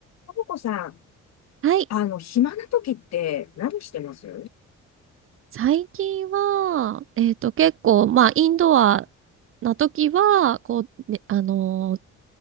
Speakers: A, on the left; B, on the right.
A: ともこさん、
B: はい。
A: あの、暇な時って何してます
B: 最近は、えっと、結構、まあ、インドアな時は、こう、ね、あのー